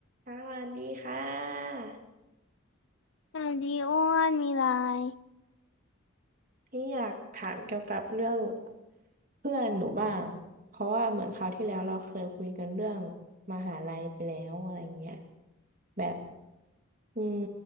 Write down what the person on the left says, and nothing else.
สวัสดีอ้วนมีไลน์